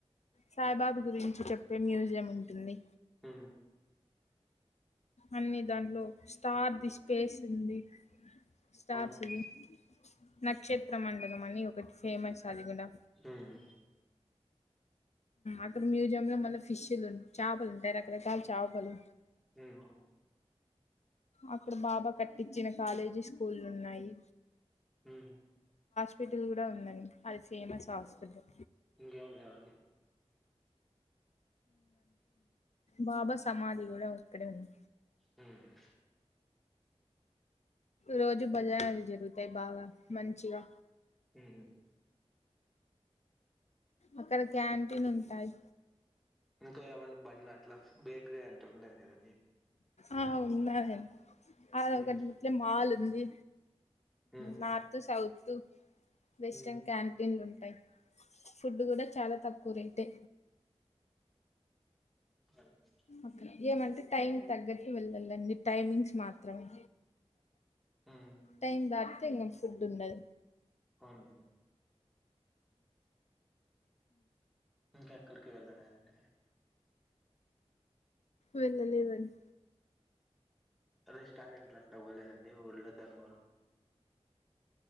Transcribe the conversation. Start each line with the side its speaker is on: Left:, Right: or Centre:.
Left: సాయిబాబు గురించి చెప్పే మ్యూజియం ఉంటుంది
Centre: హ
Left: అన్ని దాంట్లో స్టార్ ది స్పేస్ ఉంది స్టార్స్
Centre: అవునండి
Left: ది నక్షత్ర మండలం మని ఒక ఒకటి ఫేమస్ అది కూడా
Centre: ఉమ్
Left: అక్కడ మ్యూజి యం లో మల్లా ఫిష్లు చేపలు అంటేరకర కాలచాపలు
Centre: హ
Left: అక్కడ బాబా కట్టించిన కాలేజీ స్కూల్ ఉన్నాయి
Centre: హ్మ్
Left: హాస్పిటల్ కూడా ఉందండి అది ఫేమస్ హాస్పిటల్
Centre: ఇంకేం లేవండి
Left: బాబా సమాధి కూడా అక్కడే ఉంది
Centre: హ్మ్
Left: రోజూ భజనలవి జరుగుతాయి బాగా మంచిగా
Centre: హ్మ్
Left: అక్కడ క్యాంటీన్ ఉంటాయి
Centre: ఇంకా ఏమన్నా బన్ అట్లా బేకరీ అంటే ఉండేది కదండి
Left: ఆ ఉన్నాయి <unintelligible>
Centre: హ్మ్
Left: మాల్ ఉంది
Centre: హ్మ్
Left: నార్తు సౌతు వెస్టర్న్
Centre: హ్మ్
Left: క్యాంటీన్లు ఉం ఫుడ్ కూడా చాలా తక్కువ రేట్ ఎ
Centre: సర
Left: అక్కడ ఏమంటే టైం తగ్గట్కి వెళ్ళాలండి టైమింగ్స్ మాత్రమే
Centre: హ్మ్
Left: టైం బాడ్ <inaudible>
Centre: అవును మేడం ఇంకా ఎక్కడికి వెళ్ళలేదండి
Left: వెళ్ళ లేవండి
Centre: రెస్టారెంట్ అంతవ్వలేదండి ఊర్లో ధర్మవరం